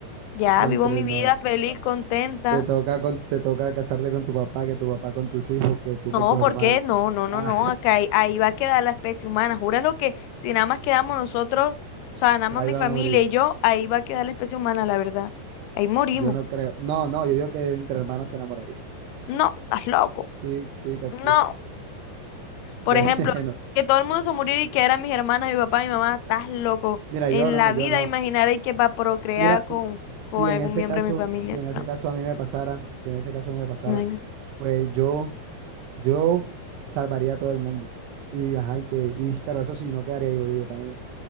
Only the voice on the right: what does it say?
Entre
no,
te toca con, te toca casarte con tu papá, que tu papá con tus hijos, que tú
con tus
hermanos.
Ah,
ahí
van
a morir.
Yo no creo. No, no, yo digo que entre hermanos se enamorarían.
Sí, sí, Catiuca.
Bueno,
<laughs>
mira,
yo no,
yo
no.
Mira,
si
en ese
caso,
si en ese
caso a mí me pasara, si en ese caso a mí me pasara,
pues yo Yo salvaría a todo el mundo. Y ajá, y que, y- pero eso sí, no quedaría vivo yo, yo también.